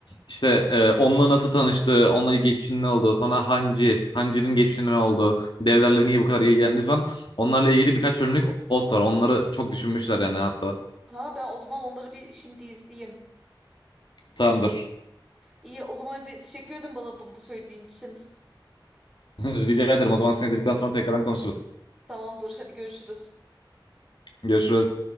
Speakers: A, on the left (about 65°); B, in the centre.
A: İşte e, onunla nasıl tanıştı, onunla geçmişinin ne olduğu, sonra Hanji, Hanji'nin geçmişinin ne olduğu, devlerle niye bu kadar ilgilendi falan. Onlarla ilgili birkaç bölümlük ot var. Onları çok düşünmüşler yani hatta.
B: Ha ben o zaman onları bir şimdi izleyeyim.
A: Tamamdır.
B: İyi o zaman hadi teşekkür ederim bana bunu da söylediğin için.
A: Rica ederim. O zaman seni izledikten sonra tekrardan konuşuruz.
B: Tamamdır hadi görüşürüz.
A: Görüşürüz.